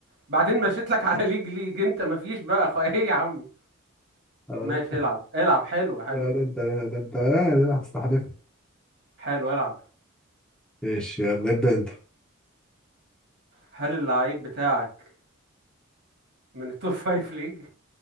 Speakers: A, on the right; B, in the centre.
A: بعدين مشيت لك على ليج ليج انت مفيش بقى خ... ايه يا عم
B: خلاص
A: ماشي العب العب حلو حلو
B: لا ده انت ده انت آه، هتستحلف
A: حلو العب
B: ماشي يلا ابدأ انت
A: هل اللعيب بتاعك من التوب فايف ليج